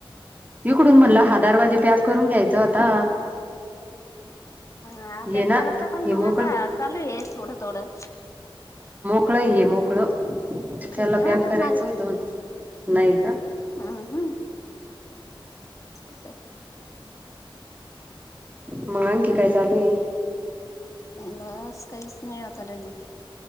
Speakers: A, on the right; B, on the left.
A: इकडून म्हणला हा दारवाजा पॅक करून घ्यायचा होता.
B: हा
A: ये
B: पॅक
A: ना
B: करायचा पण
A: हे मोकळ
B: मग आता चालू आहे थोडं थोडं.
A: मोकळ ये मोकळ
B: काही
A: त्याला
B: नाही
A: पॅक
B: वाटत
A: करायचं होत म्हटलं नाही का.
B: हा हा <unintelligible>
A: मग आणखी काय चालू आहे.
B: बस काहीच नाही आता तरी